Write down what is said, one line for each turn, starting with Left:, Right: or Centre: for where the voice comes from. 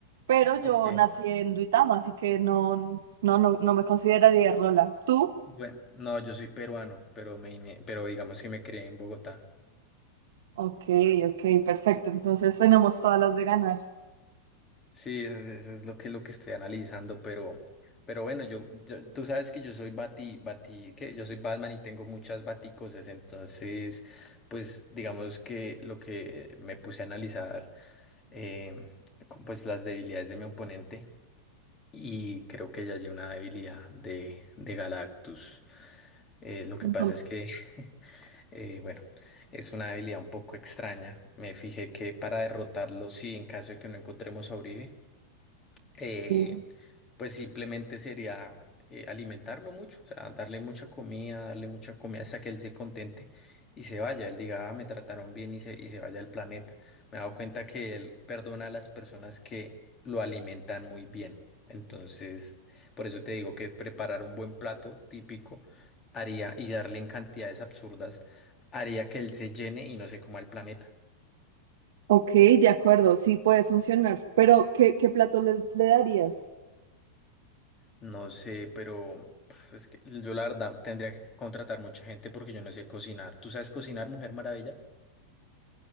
Right: pero yo
Left: Ok.
Right: nací en Duitama, así que no, no, no, no me consideraría Rola. ¿Tú?
Left: Bueno, no, yo soy peruano, pero me, ine- pero digamos que me crié en Bogotá.
Right: Ok, ok, perfecto. Entonces tenemos todas las de ganar.
Left: Sí, eso, es eso es lo que, lo que estoy analizando, pero, pero bueno, yo, yo- tú sabes que yo soy Bati, Bati, que yo soy Batman y tengo muchas baticosas, entonces, pues digamos que lo que me puse a analizar, eh, con, pues las debilidades de mi oponente y creo que ya hay una debilidad de, de Galactus. Eh, lo que
Right: Un
Left: pasa es que Eh, bueno, es una habilidad un poco extraña. Me fijé que para derrotarlo, sí, en caso de que no encontremos a Uribe, eh,
Right: Sí.
Left: pues simplemente sería eh, alimentarlo mucho, o sea, darle mucha comida, darle mucha comida hasta que él se contente y se vaya, él diga, "Ah, me trataron bien y se, y se vaya al planeta. Me he dado cuenta que él perdona a las personas que lo alimentan muy bien. Entonces, por eso te digo que preparar un buen plato típico haría y darle en cantidades absurdas haría que él se llene y no se coma el planeta.
Right: Ok, de acuerdo, sí puede funcionar. Pero, ¿qué, qué plato le, le darías?
Left: No sé, pero uf, es que yo la verdad tendría que contratar mucha gente porque yo no sé cocinar. ¿Tú sabes cocinar, Mujer Maravilla?